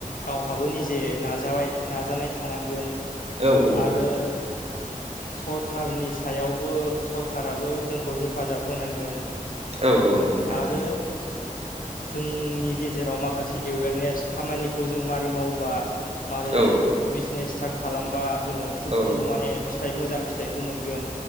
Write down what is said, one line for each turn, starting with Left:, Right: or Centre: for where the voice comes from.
Left: गावहाबो निज जे नाजाबाय नाजानाय थानांगोन
Right: औ औ
Left: आरो सरखारनि सायावबो सरखाराबो जोंखौ हेफाजाब होनांगोन।
Right: औ-औ नंगौ नोंथां।
Left: आरो जोंनि गेजेराव माखासे एवेरनेस खामानिखौ जों माबारै मावबा मारै
Right: औ
Left: बिजिनेस स्टार्ट खालामबा जोङो फ्रुटफुल
Right: औ
Left: माने फिथाइ मोजां फिथाइखौ मोनगोन